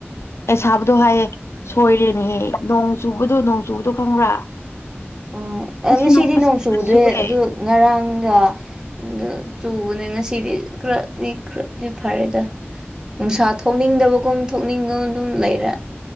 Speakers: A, on the left; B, on the right.
A: ꯑꯦ ꯁꯥꯕꯗꯣ ꯍꯥꯏꯌꯦ ꯁꯣꯏꯔꯦꯅꯦꯍꯦ ꯅꯣꯡ ꯆꯨꯕꯗꯣ ꯅꯣꯡ ꯆꯨꯕꯗꯣ ꯈꯪꯕ꯭ꯔꯥ
B: ꯑꯣ
A: ꯉꯁꯤ
B: ꯑꯥ ꯉꯁꯤꯗꯤ
A: ꯐꯖꯅ
B: ꯅꯣꯡ ꯆꯨꯗ꯭ꯔꯦ
A: ꯆꯨꯔꯦ
B: ꯑꯗꯨ ꯉꯔꯥꯡꯒ ꯑꯗꯨ ꯆꯨꯕꯅꯦ ꯉꯁꯤꯗꯤ ꯈꯔꯅꯤ ꯈꯔꯗꯤ ꯐꯔꯦꯗ ꯅꯨꯡꯁꯥ ꯊꯣꯛꯅꯤꯡꯗꯕꯒꯨꯝ ꯊꯣꯛꯅꯤꯡꯒꯝ ꯑꯗꯨꯝ ꯂꯩꯔꯦ